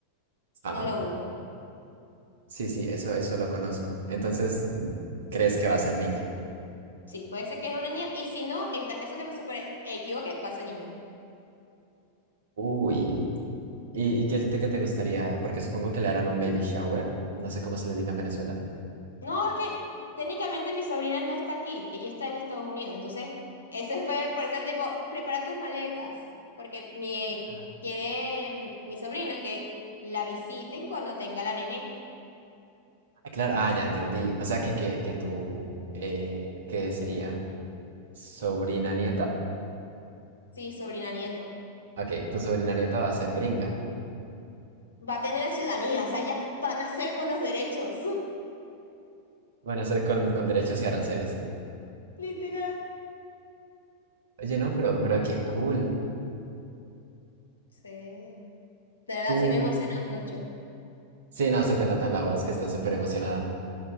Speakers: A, on the right (about 60°); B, on the left (about 75°).
A: Ah,
B: no el óvulo.
A: sí, sí, eso, eso lo conozco. Entonces, mm, ¿crees que va a ser niña?
B: Sí, puede ser que es una niña y si no, en tal caso que me supere, equivoque, va a ser niño.
A: Uy. ¿Y, y qué te, qué te gustaría? Porque supongo que le harán un baby shower. No sé cómo se le diga en Venezuela.
B: No, es que técnicamente mi sobrina no está aquí, ella está en Estados Unidos, entonces ese fue por eso el tipo, prepara tus maletas, porque mi,
A: Ah,
B: quiere mm, mi sobrina que la visiten cuando tenga la nené,
A: claro, ah, ya entendí. O sea, que, que, que tu, eh, ¿qué sería? ¿Sobrina nieta?
B: sí, sobrina nieto.
A: Ok, tu sobrina nieta va a ser gringa.
B: Va a tener la ciudadanía, o sea, ella va a nacer con los derechos,
A: Van a ser con, con derechos y aranceles.
B: <laughs> literal.
A: Oye, no, pero, pero qué cool.
B: Sí, de verdad,
A: Tú.
B: sí me emociona mucho.
A: Sí, no, se te nota en la voz que estás súper emocionada.